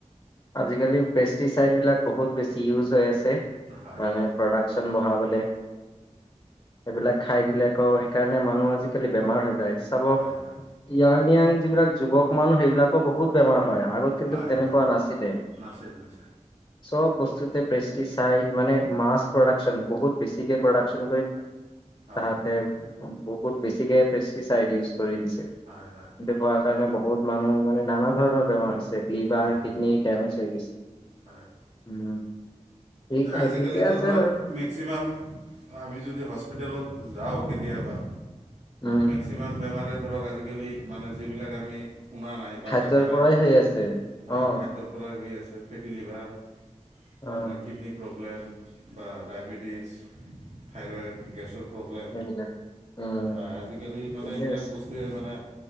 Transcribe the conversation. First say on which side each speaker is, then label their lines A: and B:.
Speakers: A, on the left; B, on the right.
A: আজিকালি পেষ্টিচাইড বিলাক বহুত বেছি ইউজ হৈ আছে। ছে
B: হয়
A: মানে
B: হয়
A: প্ৰদাকচন বঢ়াবলে। সেইবিলাক খাই দিলে আকৌ সেইকাৰণে মানুহ আজিকালি বেমাৰ হৈ যায়। চাব
B: হয় হয়
A: ইয়াং ইয়াং যিবিলাক যুৱক মানুহ সেইবিলাকো বহুত বেমাৰ হয়। হয় আগত কিন্তু
B: হয়
A: তেনেকুৱা
B: হয়
A: নাছিল।
B: নাছিল নাছিল।
A: চব বস্তু প্ৰষ্টিচাইড মানে মাছ প্ৰদাকচন বহুত বেছিকে প্ৰদাকচন
B: হয়
A: তাহাতে বহুত বেছিকে পেষ্টিচাইড ইউজ কৰি দিছে,
B: হয় হয়
A: সেইটো কৰা কাৰণে বহুত মানুহ মানে নানা ধৰণৰ বেমাৰ হৈছে। লিভাৰ,
B: হয় হয়
A: কিড কিডনি দেমেজ হৈ গৈছে
B: হয়
A: উম। ঠিক
B: আজিকালিতো
A: ঠিকে আছে
B: ধৰক
A: বাৰু
B: মেক্সিমাম আমি যদি হস্পিটেলত যাওঁ কেতিয়াবা
A: উম
B: মেক্সিমাম বেমাৰে ধৰক আজিকালি মানে যিবিলাক আমি শুনা নাই
A: খাদ্যৰ
B: বা দেখা
A: পৰাই
B: নাই
A: হৈ আছে
B: হয়
A: অ
B: খাদ্যৰ পৰাই হৈ আছে ফেটি লিভাৰ
A: অহ।
B: আপোনাৰ কিডনী প্ৰব্লেম বা ডাইবেটিছ ফ্ৰেৱেৰ গেছৰ প্ৰব্লেম
A: এইবিলাক উম,
B: হয় আজিকালি মানে
A: ঠিকে
B: এইবিলাক
A: আছে।
B: বস্তুৱেই মানে